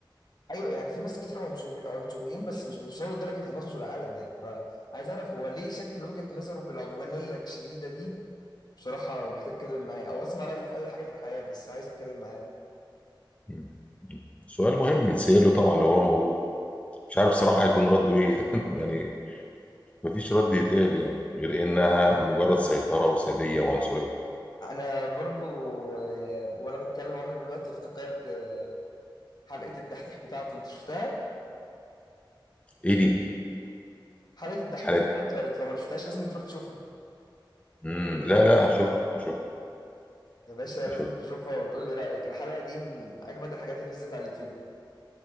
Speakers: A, on the left; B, on the left.
A: ايوه يعني في ناس كتير عنصري- عنصريين بس مش بيوصلوا لدرجه هنغزو العالم يعني فعايز اعرف هو ليه شكل وجهه نظره بالعدوانيه الشديده دي بصراحه محتاج اتكلم معاه او اسمع رايه في اي حاجه في الحياه بس عايز اتكلم معاه
B: مم. سؤال مهم يتسأل له طبعا لو هو موجود مش عارف صراحة هيكون رده ايه <laughs> يعني مفيش رد يتقال يعني غير انها مجرد سيطرة وسادية وعنصرية
A: انا برضو آه، وانا بتكلم عنه دلوقتي افتكرت آه، حلقه الدحيح بتاعته انت شفتها
B: ايه دي
A: حلقه الدحيح
B: حالات
A: بتاعت هتلر انت لو ما شفتهاش لازم تروح تشوفها
B: مم. لا لا هشوفها هشوفها
A: يا باشا لازم
B: هشوفها
A: تشوفها وتقول لي رايك الحلقه دي من اجمد الحاجات اللي نزلت على اليوتيوب